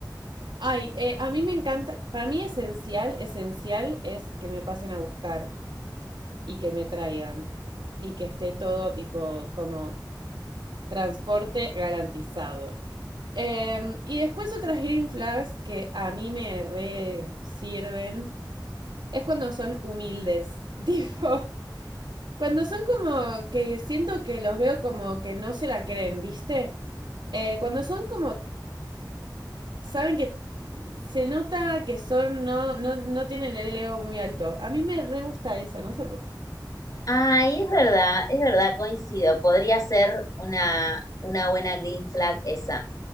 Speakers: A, on the right; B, on the left.
A: Ay, eh, a mí me encanta. Para mí esencial, esencial es que me pasen a buscar y que me traigan. Y que esté todo tipo como transporte garantizado. Eh, y después otras green flags que a mí me re sirven es cuando son humildes. <laughs> Tipo, Cuando son como que siento que los veo como que no se la creen, ¿viste? Eh, cuando son como, saben que se nota que son, no, no, no tienen el ego muy alto. A mí me re gusta eso, no sé por qué.
B: Ay, es verdad, es verdad, coincido. Podría ser una, una buena green flag esa.